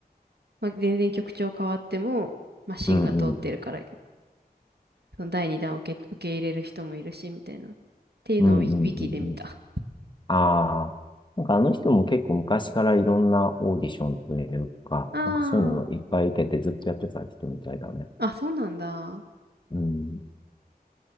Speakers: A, on the right; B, on the left.
A: まあ、全然曲調変わっても、マシンが通ってるから、
B: うん、うん、うん、
A: その第2弾を受け、受け入れる人もいるし、みたいな。っていうのをウィ、
B: うん、うん。
A: ウィキで見た。
B: うんああ、なんかあの人も結構昔からいろんなオーディションというか、
A: あ
B: なんかそういうのをいっぱい受けてずっとやってた人みたいだね。
A: あ、あ、そうなんだ。
B: うん。